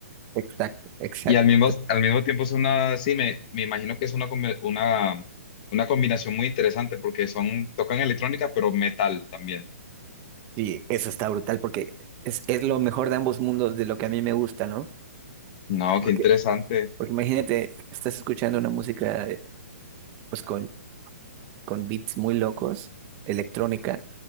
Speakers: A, on the right; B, on the left.
A: Exacto, exacto.
B: Y al mismo, al mismo tiempo es una, sí, me, me imagino que es una, combi- una, una combinación muy interesante porque son, tocan electrónica, pero metal también.
A: Y eso está brutal porque es, es lo mejor de ambos mundos de lo que a mí me gusta, ¿no?
B: No,
A: Porque,
B: qué interesante.
A: porque imagínate, estás escuchando una música eh, pues con con beats muy locos, electrónica,